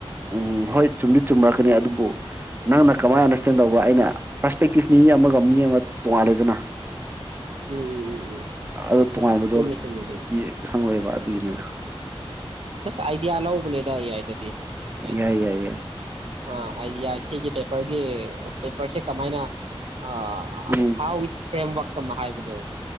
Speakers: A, on the right; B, on the right.
A: ꯎꯝ ꯍꯣꯏ ꯆꯨꯝꯗꯤ ꯆꯨꯝꯃꯛꯀꯅꯤ
B: ꯎꯝ ꯎꯝ ꯎꯝ
A: ꯑꯗꯨꯕꯨ ꯅꯪꯅ ꯀꯃꯥꯏꯅ ꯑꯟꯗꯔꯁꯇꯦꯟ ꯇꯧꯕ꯭ꯔꯥ ꯑꯩꯅ ꯄꯔꯁꯄꯦꯛꯇꯤꯞ ꯃꯤ ꯑꯃꯒ ꯃꯤ ꯑꯃ ꯇꯣꯉꯥꯜꯂꯦꯗꯅ
B: ꯎꯝ ꯎꯝ ꯎꯝ ꯎꯝ
A: ꯑꯣ ꯇꯣꯉꯥꯟꯕꯗꯣ
B: ꯆꯨꯝꯃꯤ ꯆꯨꯝꯃꯤ
A: ꯈꯪꯪꯂꯣꯏꯕ ꯊꯅꯦꯗ
B: ꯁ ꯑꯥꯏꯗꯤꯌꯥ ꯑꯂ ꯎꯕ <unintelligible>
A: ꯌꯥꯏ ꯌꯥꯏ ꯌꯥꯏ
B: ꯑ ꯑꯩ ꯌꯥ ꯁꯤꯒꯤ ꯄꯦꯄꯔꯒꯤ ꯄꯦꯄꯔꯁꯦ ꯀꯃꯥꯏꯅ ꯑ
A: ꯎꯝ
B: ꯍꯥꯎ ꯏꯠꯁ ꯐ꯭ꯔꯦꯝꯋꯥꯛ ꯇꯃ ꯍꯥꯏꯕꯗꯣ